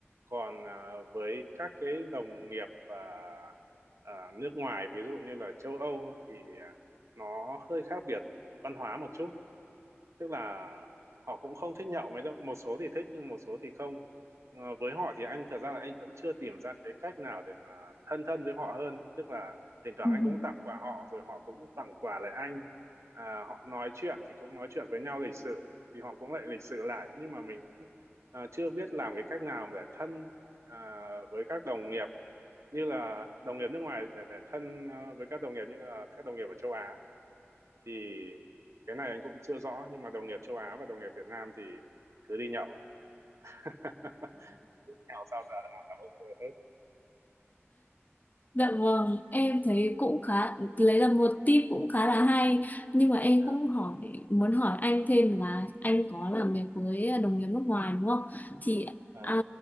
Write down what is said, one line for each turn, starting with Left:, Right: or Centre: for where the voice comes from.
Right: còn à, với các cái đồng nghiệp à, à, nước ngoài ví dụ như là châu Âu thì à, nó hơi khác biệt văn hóa một chút tức là họ cũng không thích nhậu mấy đâu một số thì thích nhưng một số thì không Ờ, với họ thì anh thật ra là anh vẫn chưa tìm ra cái cách nào để mà thân thân với họ hơn tức là thỉnh thoảng
Left: việc
Right: anh
Left: <laughs>
Right: cũng tặng quà họ rồi họ cũng tặng quà lại anh à, họ nói chuyện thì cũng nói chuyện với nhau lịch sự thì họ cũng lại lịch sự lại nhưng mà mình cũng à, chưa biết làm cái cách nào để thân à, với các đồng nghiệp như là đồng nghiệp nước ngoài để để thân à, với các đồng nghiệp như là các đồng nghiệp ở châu Á thì cái này anh cũng chưa rõ nhưng mà đồng nghiệp châu Á và đồng nghiệp Việt Nam thì cứ đi nhậu <laughs> nhậu sao giờ làm là ok hết
Left: Dạ vâng, em thấy cũng khá lấy là một tip cũng khá là hay nhưng mà em
Right: à,
Left: cũng hỏi muốn hỏi anh thêm là anh có làm việc với đồng nghiệp nước ngoài đúng không? Thì
Right: à,
Left: à,